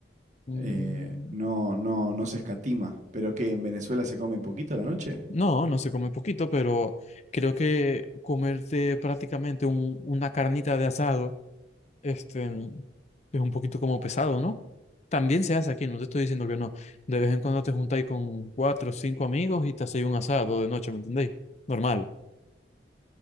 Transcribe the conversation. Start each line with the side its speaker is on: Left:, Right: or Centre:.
Left: Mm,
Right: Eh, no, no, no se escatima. ¿Pero qué? ¿En Venezuela se come poquito a la noche?
Left: No, no se come poquito, pero creo que comerte prácticamente un- una carnita de asado, este, es un poquito como pesado, ¿no? También se hace aquí, no te estoy diciendo que no. De vez en cuando te juntáis con cuatro o cinco amigos y te hacéis un asado de noche, ¿me entendéis? Normal.